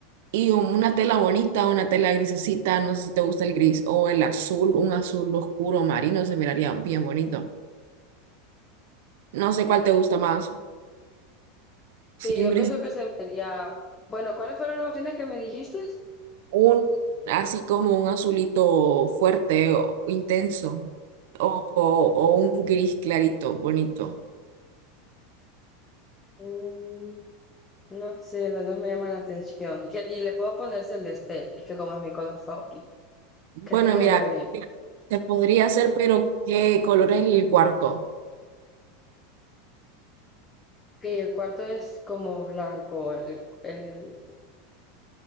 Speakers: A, on the right (about 70°); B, on the left (about 15°).
A: y un- una tela bonita, una tela grisecita, no sé si te gusta el gris o el azul, un azul oscuro marino, se miraría bien bonito. No sé cuál te gusta más. si
B: Sí, yo
A: un gris
B: pienso que se vería... Bueno, ¿cuáles fueron las opciones que me dijiste?
A: un así como un azulito fuerte o intenso o, o- o un gris clarito bonito.
B: Mm, no sé, las dos me llaman la atención. Que- Y le puedo poner celeste, es que como es mi color favorito.
A: Bueno,
B: ¿Crees que quedaría
A: mira,
B: bien?
A: se podría hacer, pero ¿qué color es el cuarto?
B: que el cuarto es como blanco, el, el-